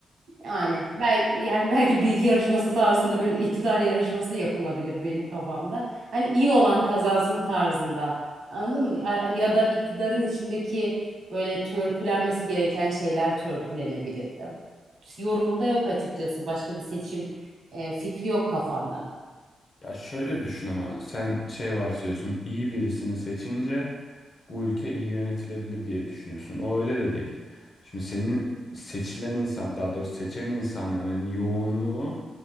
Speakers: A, on the right; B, on the left.
A: yani belki yani belki bilgi yarışması tarzında böyle iktidar yarışması yapılabilir benim kafamda. Hani iyi olan kazansın tarzında. Anladın mı? Ya- Hani ya da iktidarın içindeki böyle törpülenmesi gereken şeyler törpülenebilir. Ya, Yorumumda yok açıkçası. Başka bir seçim e, fikri yok kafamda.
B: Ya şöyle düşün ama sen şey varsayıyorsun iyi birisini seçince bu ülke iyi yönetilebilir diye düşünüyorsun. O öyle de değil. Şimdi senin seçilen insan, daha doğrusu seçen insanların yoğunluğu